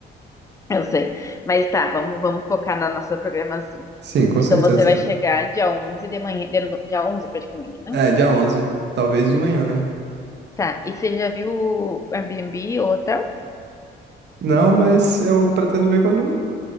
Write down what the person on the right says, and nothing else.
Sim, com
certeza.
É, dia 11, talvez de manhã, né?
Não, mas eu pretendo ver quando